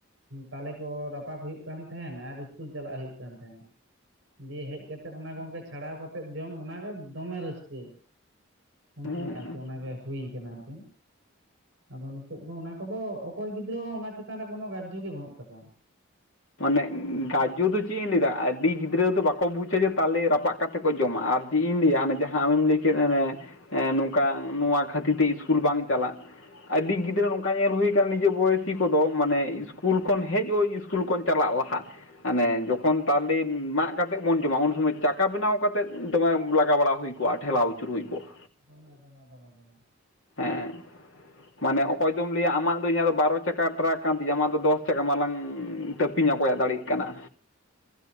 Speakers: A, on the right; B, on the left.
A: ᱛᱟᱞᱮ ᱠᱚ ᱨᱟᱯᱻᱻ ᱯᱟᱜᱽ ᱦᱩᱭᱩᱜ ᱠᱟᱱ ᱛᱟᱦᱮᱱ ᱟᱨ ᱤᱥᱠᱩᱞ ᱪᱟᱞᱟᱜ ᱦᱩᱭᱩᱜ ᱠᱟᱱ ᱛᱟᱦᱮᱱ ᱫᱤᱭᱮ ᱦᱮᱡ ᱠᱟᱛᱮᱫ ᱚᱱᱟ ᱜᱚᱝᱠᱮᱻᱻ ᱪᱷᱟᱲᱟᱣ ᱠᱟᱛᱮᱫ ᱡᱚᱢ ᱚᱱᱟᱜᱮ ᱫᱚᱢᱮ ᱨᱟᱹᱥᱠᱟᱹ ᱩᱱ
B: ᱦᱮᱸ
A: ᱥᱚᱢᱚᱭ ᱟᱨᱠᱤ ᱚᱱᱟᱜᱮ ᱦᱩᱭ ᱠᱟᱱᱟ ᱟᱨᱠᱤ ᱟᱫᱚ ᱱᱤᱛᱚᱜ ᱫᱚ ᱚᱱᱟ ᱠᱚᱫᱚ ᱚᱠᱚᱭ ᱜᱤᱫᱽᱨᱟᱹ ᱦᱚᱸ ᱚᱱᱟ ᱪᱮᱛᱟᱱ ᱨᱮ ᱠᱳᱱᱳ ᱜᱨᱟᱡᱽᱦᱷᱚ ᱜᱮ ᱵᱟᱹᱱᱩᱜ ᱛᱟᱠᱚᱣᱟ
B: ᱢᱟᱱᱮ ᱜᱨᱟᱡᱽᱡᱚ ᱫᱚ ᱪᱮᱫ ᱤᱧ ᱞᱟᱹᱭ ᱫᱟ ᱟᱹᱰᱤ ᱜᱤᱫᱽᱨᱟᱹ ᱫᱚ ᱵᱟᱠᱚ ᱵᱩᱡᱟ ᱡᱮ ᱛᱟᱞᱮ ᱨᱟᱯᱟᱜ ᱠᱟᱛᱮᱻᱻ ᱠᱟᱛᱮᱫ ᱠᱚ ᱡᱚᱢᱟ ᱟᱨ ᱪᱮᱫ ᱤᱧ ᱞᱟᱹᱭᱟ ᱚᱱᱮ ᱡᱟᱦᱟᱸ ᱟᱢᱮᱢ ᱞᱟᱹᱭ ᱠᱮᱫ ᱚᱱᱮᱻᱻ ᱮᱸ ᱱᱚᱝᱠᱟ ᱱᱚᱣᱟ ᱠᱷᱟᱹᱛᱤᱨ ᱛᱮ ᱤᱥᱠᱩᱞ ᱵᱟᱝ ᱪᱟᱞᱟᱜ ᱟᱹᱰᱤ ᱜᱤᱫᱽᱨᱟᱹ ᱱᱚᱝᱠᱟ ᱧᱮᱞ ᱦᱩᱭ ᱟᱠᱟᱱᱟ ᱱᱤᱡᱮ ᱵᱚᱭᱮᱥᱤ ᱠᱚᱫᱚ ᱢᱟᱱᱮ ᱤᱥᱠᱩᱞ ᱠᱷᱚᱱ ᱦᱮᱡ <unintelligible> ᱤᱥᱠᱩᱞ ᱠᱷᱚᱱ ᱪᱟᱞᱟᱜᱼᱟ ᱞᱟᱦᱟ ᱢᱟᱱᱮ ᱡᱚᱠᱷᱚᱱ ᱛᱟᱞᱮ ᱢᱟᱜ ᱠᱟᱛᱮᱫ ᱵᱚᱱ ᱡᱚᱢᱟ ᱩᱱ ᱥᱚᱢᱚᱭ ᱪᱟᱠᱟ ᱵᱮᱱᱟᱣ ᱠᱟᱛᱮᱫ ᱫᱚᱢᱮ ᱞᱟᱜᱟ ᱵᱟᱲᱟ ᱦᱩᱭ ᱠᱚᱜᱼᱟ ᱴᱷᱮᱞᱟᱣ ᱟᱹᱪᱩᱨ ᱦᱩᱭ ᱠᱚᱜᱼᱟ
A: ᱫᱚᱢᱮ ᱫᱚᱢᱮ ᱫᱚᱢᱮ ᱫᱚᱢᱮ
B: ᱦᱮᱸ ᱢᱟᱱᱮ ᱚᱠᱚᱭ ᱫᱚᱢ ᱞᱟᱹᱭᱟ ᱟᱢᱟᱜ ᱫᱚ ᱤᱧᱟᱹ ᱫᱚ ᱵᱟᱨᱚ ᱪᱟᱠᱟ ᱴᱨᱟᱠ ᱠᱟᱱ ᱛᱤᱧᱟᱹ ᱟᱢᱟ ᱫᱚ ᱫᱚᱥ ᱪᱟᱠᱟ ᱢᱟᱞᱟᱟᱝᱼᱼ ᱛᱟᱹᱯᱤᱧ ᱚᱠᱚᱭᱟ ᱫᱟᱲᱮ ᱠᱟᱱᱟ